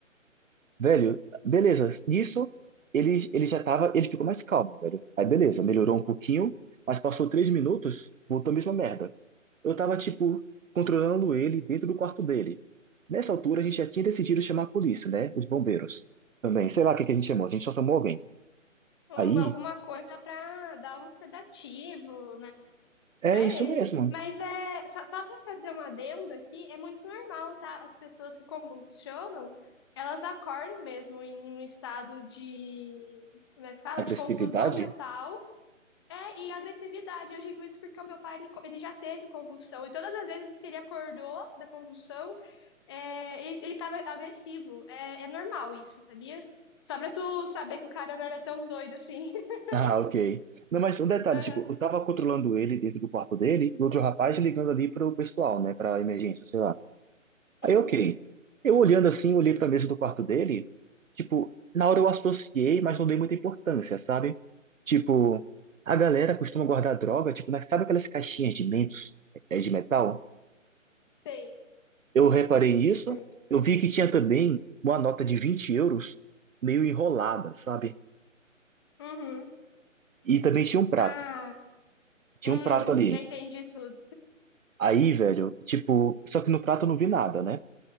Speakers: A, on the right; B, on the left.
A: Velho, beleza. Nisso ele, ele já tava, ele ficou mais calmo, velho. Aí beleza, melhorou um pouquinho, mas passou três minutos, voltou a mesma merda. Eu tava, tipo, controlando ele dentro do quarto dele. Nessa altura a gente já tinha decidido chamar a polícia, né? Os bombeiros também. Sei lá o que que a gente chamou, a gente só chamou alguém.
B: Um-
A: Aí,
B: alguma coisa pra dar um sedativo, né?
A: é
B: Pra ele.
A: isso mesmo.
B: Mas é só, só para fazer um adendo aqui, é muito normal, tá? As pessoas que convulsionam, elas acordam mesmo em um estado de, como é que fala?
A: Agressividade.
B: De confusão mental, é, e agressividade. Eu digo isso porque o meu pai, ele, co- ele já teve convulsão, e todas as vezes que ele acordou da convulsão, é, ele, ele tava agressivo. É, é normal isso, sabia? Só pra tu saber que o cara não era tão doido assim. <laughs>
A: Ah, ok. Não, mas um detalhe,
B: Aham.
A: tipo, eu tava controlando ele dentro do quarto dele, e outro rapaz ligando ali pro pessoal, né, pra emergência, sei lá. Aí,
B: Uhum.
A: ok. Eu olhando assim, olhei pra mesa do quarto dele, tipo, na hora eu associei, mas não dei muita importância, sabe? Tipo, a galera costuma guardar droga, tipo, na- sabe aquelas caixinhas de mentos, é, de metal?
B: Sei,
A: Eu reparei nisso,
B: sei.
A: eu vi que tinha também uma nota de 20 euros meio enrolada, sabe?
B: Uhum.
A: E também tinha um prato.
B: Ah.
A: Tinha
B: Hum,
A: um prato ali.
B: já entendi tudo.
A: Aí, velho, tipo, só que no prato eu não vi nada, né?